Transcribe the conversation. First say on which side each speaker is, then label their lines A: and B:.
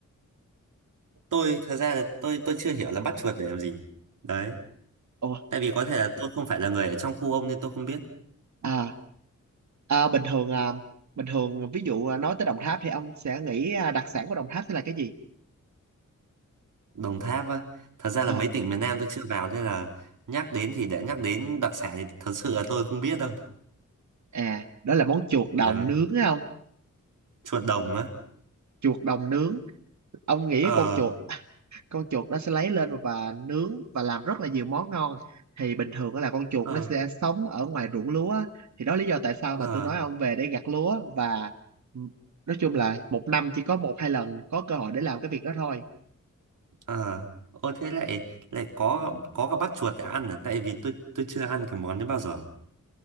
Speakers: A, on the right (about 85°); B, on the right (about 65°).
A: tôi thật ra là tôi tôi chưa hiểu là bắt chuột để làm gì đấy
B: Ồ,
A: tại vì có thể là tôi không phải là người ở trong khu ông nên tôi không biết
B: à, à bình thường à, bình thường ví dụ à, nói tới Đồng Tháp thì ông sẽ nghĩ à, đặc sản của Đồng Tháp sẽ là cái gì?
A: Đồng Tháp á thật ra
B: Ờ,
A: là mấy tỉnh miền Nam tôi chưa vào nên là nhắc đến thì để nhắc đến đặc sản thì thật sự là tôi không biết đâu
B: à, đó là món chuột đồng
A: đấy
B: nướng không?
A: chuột đồng á
B: Chuột đồng nướng. Ông nghĩ
A: ờ
B: cái con chuột con chuột nó sẽ lấy lên và nướng và làm rất là nhiều món ngon thì bình thường á là con chuột
A: ờ
B: nó sẽ sống ở ngoài ruộng lúa á. thì đó là lý do tại sao
A: ờ
B: mà tôi nói ông về để gặt lúa và nói chung là một năm chỉ có một hai lần có cơ hội để làm cái việc đó thôi
A: ờ ô thế lại lại có có cả bắt chuột để ăn à tại vì tôi tôi chưa ăn cái món đấy bao giờ